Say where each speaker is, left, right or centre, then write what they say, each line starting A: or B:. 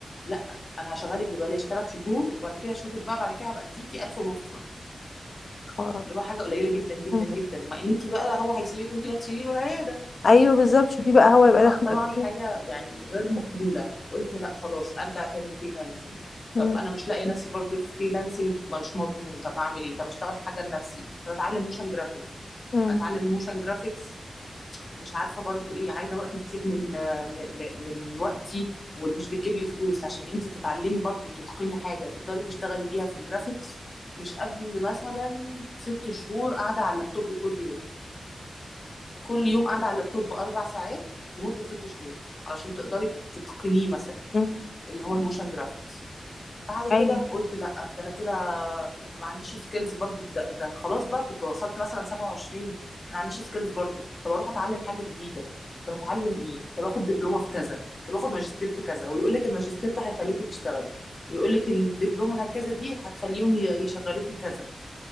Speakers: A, on the left (about 40°); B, on the left (about 65°).
A: لا انا هشغلك ببلاش ثلاث شهور وبعد كده اشوفك بقى بعد كده هبقى اديكي 1000 ونص مثلا
B: خرب.
A: اللي هو حاجه قليله جدا جدا
B: مم.
A: جدا مع ان انت بقى هو هيسيبك وانت اللي هتشيلي له العياده
B: أيوه بالظبط شوفي بقى هو يبقى
A: فطبعا
B: داخل قد
A: حاجه
B: إيه
A: يعني غير مقبوله قلت لا خلاص ارجع تاني فريلانسنج
B: مم.
A: طب انا مش لاقيه نفسي برضه في فريلانسنج مش مضمون طب هعمل ايه طب اشتغل حاجه لنفسي طب اتعلم موشن جرافيكس
B: مم.
A: اتعلم موشن جرافيكس مش عارفه برضو ايه عايزه وقت كتير من آه، م- م- من وقتي ومش بتجيب لي فلوس عشان انت تتعلمي برضو تتقني حاجه تقدري تشتغلي بيها في الجرافيكس مش قبل مثلا ست شهور قاعده على اللابتوب كل يوم كل يوم قاعده على اللابتوب اربع ساعات لمده ست شهور علشان تقدري تتقنيه مثلا
B: مم.
A: اللي هو الموشن جرافيكس بعد كده
B: أيوه
A: قلت لا ده انا كده ما عنديش سكيلز برضو ده, ده خلاص بقى كنت وصلت مثلا 27 انا ما عنديش سكيلز برضو طب اروح اتعلم حاجه جديده طب اتعلم ايه طب اخد دبلومه في كذا طب اخد ماجستير في كذا ويقول لك الماجستير ده هيخليكي تشتغلي ويقول لك الدبلومه هكذا دي هتخليهم ي- يشغلوكي كذا